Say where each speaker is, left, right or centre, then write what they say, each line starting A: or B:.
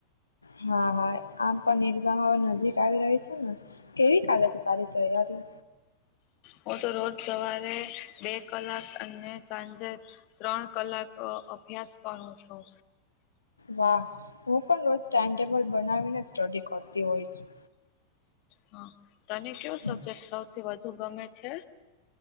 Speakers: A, on the left; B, on the left.
A: હા, હા. આમ પણ એક્ઝામ હવે નજીક આવી રહી છે ને. કેવી ચાલેે છે તારી તૈયારી?
B: હું તો રોજ સવારે બે કલાક અને સાંજે ત્રણ કલાક અભ્યાસ કરું છું.
A: વાહ! હું પણ રોજ ટાઈમટેબલ બનાવીને સ્ટડી કરતી હોય છ.
B: હા. તને ક્યો
A: છું.
B: સબ્જેક્ટ સૌથી વધુ ગમે છે?